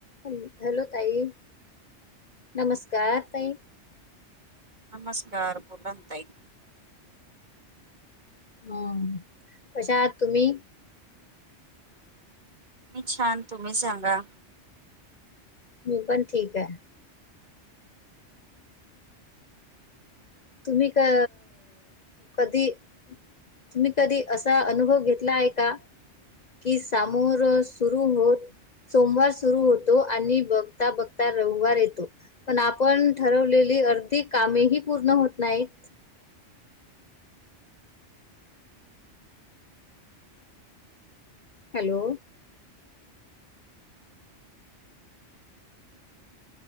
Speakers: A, on the left; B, on the right.
A: ह हॅलो ताई नमस्कार तई.
B: नमस्कार बलाना ताई.
A: हम् कशा आहात तुम्ही
B: मी छान तुम्ही सांगा
A: मी पण ठीक आहे तुम्ही का कधी तुम्ही कधी असा अनुभव घेतला आहे का? कि सामोर सुरू होत. सोमवार सुरू होतो आणि बघता बघता रविवार येतो. पण आपण ठरवलेली अर्धी कामेही पूर्ण होत नाहीत. हॅलो